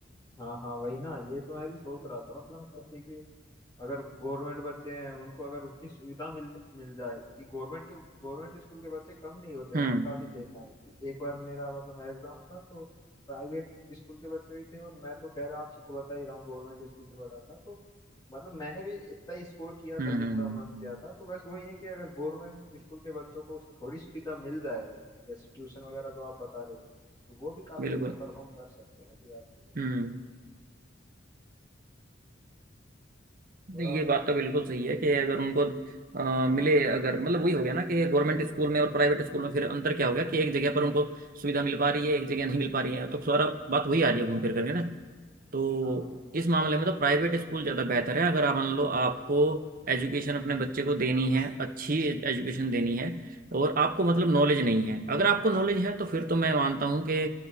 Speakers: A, on the left; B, on the right.
A: हाँ हाँ वही ना ये तो मैं भी सोच रहा था मतलब कैसे कि अगर गवर्नमेंट बच्चे हैं उनको अगर उतनी सुविधा मिल मिल जाए कि गवर्नमेंट के गवर्नमेंट स्कूल के बच्चे कम नहीं होते मैंने
B: हम्म
A: काफी देखा है कि एक बार मेरा मतलब मेरा एग्जाम था तो प्राइवेट स्कूल के बच्चे भी थे और मैं तो खैर आप सबको बता ही रहा हूँ गवर्नमेंट स्कूल से पढ़ा था तो मतलब मैंने भी इतना ही स्कोर किया
B: हम्म
A: था जितना
B: हम्म,
A: उन्होंने किया था तो बस वही है कि अगर गवर्नमेंट स्कूल के बच्चों को थोड़ी सुविधा मिल जाए जैसे ट्यूशन वगैरह जो आप बता रहे हो तो वो भी काफी
B: बिल्कुल
A: अच्छा परफॉर्म कर सकते हैं ऐसी बात नहीं है
B: हम्म
A: और
B: नहीं,
A: आप
B: ये बात तो बिल्कुल सही है कि अगर उनको अ, मिले अगर मतलब वही हो गया ना कि गवर्नमेंट स्कूल में और प्राइवेट स्कूल में फिर अंतर क्या हो गया कि एक जगह पर उनको सुविधा मिल पा रही है एक जगह नहीं मिल पा रही है तो सारा बात वही आ रही है घूम फिर करके ना तो
A: हाँ
B: इस मामले में तो प्राइवेट स्कूल ज़्यादा बेहतर है अगर आप मान लो आपको एजुकेशन अपने बच्चे को देनी है अच्छी एजुकेशन देनी है और आपको मतलब नॉलेज नहीं है अगर आपको नॉलेज है तो फिर तो मैं मानता हूँ कि